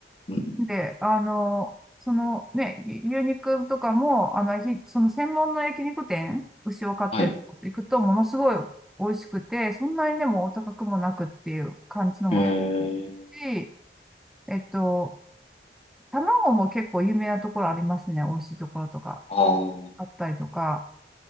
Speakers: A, on the left; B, in the centre.
A: うん、
B: で、あの、そのね、牛牛肉とかも、あの、ひその専門の焼肉店、牛を飼っていくと、
A: はい。
B: ものすごい美味しくて、そんなにでもお高くもなくっていう感じのも高
A: ええ、
B: いし、えっと、卵も結構有名なところありますね。美味しいところとか
A: ああ、
B: あったりとか、